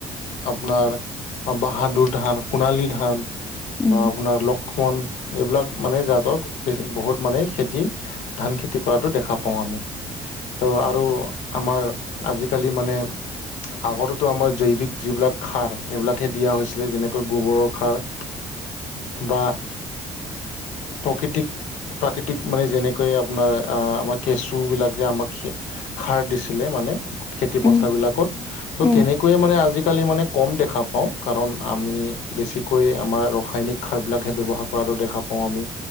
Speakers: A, on the left; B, on the left.
A: আপোনাৰ বাহাদুৰ ধান সোণালী ধান
B: উম,
A: বা
B: উম,
A: আপোনাৰ ল ক্ষমন এইবিলাক মানে জাতৰ বেছি বহুত মানে খেতি। ধান খেতি কৰাতো দেখা পাওঁ আমি। ত' আৰু আমাৰ আজিকালি মানে। আগতেতো আমাৰ জৈৱিক যিবিলাক খাৰ এইবিলাকহে দিয়া হৈছিলে যেনেকৈ গোবৰৰ খাৰ। বা বা প্ৰকৃতিক। প্ৰাকৃতিক মানে যেনেকৈ আপোনাৰ আ আমাৰ কেঁচুবিলাক যে আমাক। খাৰ দিছিলে মানে খেতি
B: উম,
A: পথাৰ বিলাকত। ত'
B: উম,
A: তেনেকৈয়ে মানে আজিকালি মানে কম দেখা পাওঁ কাৰণ আমি। বেছিকৈ আমাৰ ৰাসায়নিক সাৰ বিলাকহে ব্যৱহাৰ কৰাতো দেখা পাওঁ আমি